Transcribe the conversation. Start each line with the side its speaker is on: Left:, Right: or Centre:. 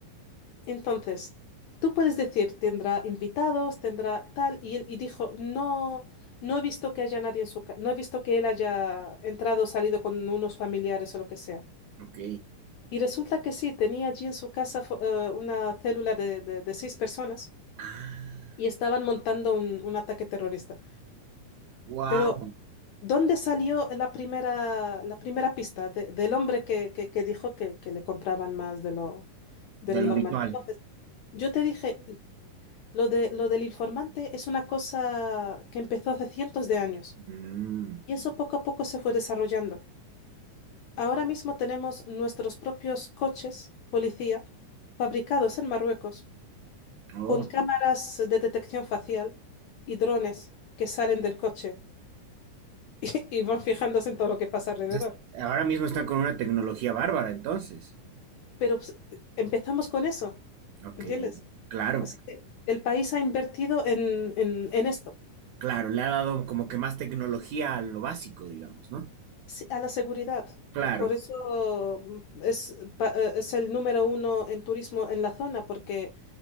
Left: Entonces, tú puedes decir, tendrá invitados, tendrá tal, y él y dijo, no, no he visto que haya nadie en su casa, no he visto que él haya entrado o salido con unos familiares o lo que sea.
Right: Ok.
Left: Y resulta que sí, tenía allí en su casa fo- eh, una célula de de- de seis personas.
Right: Ah,
Left: y estaban montando un, un ataque terrorista.
Right: wow,
Left: Pero, ¿dónde salió la primera, la primera pista de- del hombre que, que- que dijo que, que le compraban más de lo, de
Right: de
Left: lo
Right: lo
Left: normal?
Right: habitual.
Left: Entonces, yo te dije, lo de, lo del informante es una cosa que empezó hace cientos de años
Right: Mm,
Left: y eso poco a poco se fue desarrollando. Ahora mismo tenemos nuestros propios coches policía fabricados en Marruecos
Right: oh,
Left: con cámaras de detección facial y drones que salen del coche <laughs> y van fijándose en todo lo que pasa alrededor.
Right: entonces, ahora mismo están con una tecnología bárbara, entonces.
Left: Pero pues, empezamos con eso,
Right: Ok,
Left: ¿entiendes?
Right: claro.
Left: Así que el país ha invertido en, en- en esto,
Right: Claro, le ha dado como que más tecnología a lo básico, digamos, ¿no?
Left: sí, a la seguridad.
Right: Claro,
Left: Por eso mm, es, pa- eh, es el número uno en turismo en la zona, porque,